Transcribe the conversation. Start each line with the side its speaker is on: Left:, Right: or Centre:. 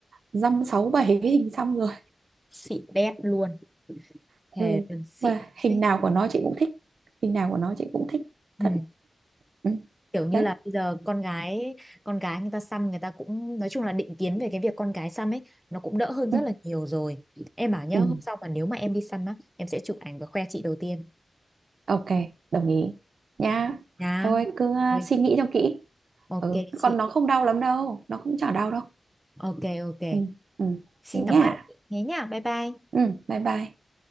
Right: dăm sáu bảy cái hình xăm rồi
Centre: xịn đét luôn
Right: ừ
Centre: thề từng xịn
Right: và hình
Centre: đấy.
Right: nào của nó chị cũng thích hình nào của nó chị cũng thích
Centre: ừ
Right: thật ừ.
Centre: kiểu như
Right: đấy
Centre: là bây giờ con gái con gái người ta xăm người ta cũng nói chung là định kiến về cái việc con gái xăm ấy nó cũng đỡ hơn rất
Right: ừ.
Centre: là nhiều rồi em bảo nhá
Right: Ừ.
Centre: hôm sau mà nếu mà em đi xăm á em sẽ chụp ảnh và khoe chị đầu tiên
Right: ok đồng ý nha
Centre: nhá
Right: thôi cứ ờ,
Centre: Ôi,
Right: suy nghĩ cho kỹ
Centre: ok
Right: ừ.
Centre: chị
Right: còn nó không đau lắm đâu nó cũng chả đau đâu
Centre: Ok ok.
Right: ừ. Ừ.
Centre: Xin
Right: thế nha
Centre: cảm ơn. Thế nhá. Bye bye.
Right: ừ. bye bye